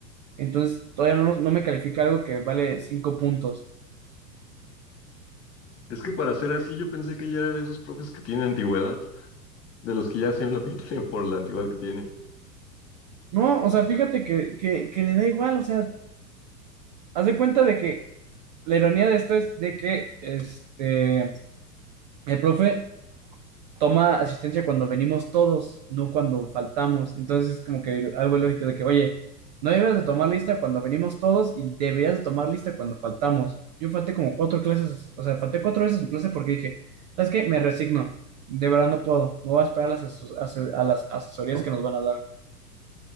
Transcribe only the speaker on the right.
Entonces, todavía no, nos- no me califica algo que vale cinco puntos.
No, o sea, fíjate que, que, que le da igual, o sea, haz de cuenta de que la ironía de esto es de que, este... El profe toma asistencia cuando venimos todos, no cuando faltamos. Entonces es como que algo ilógico de que, oye, no deberías de tomar lista cuando venimos todos y deberías de tomar lista cuando faltamos. Yo falté como cuatro clases, o sea, falté cuatro veces su clase porque dije, ¿sabes qué? Me resigno, de verdad no puedo, me voy a esperar a las, ases- ase- a las asesorías que nos van a dar.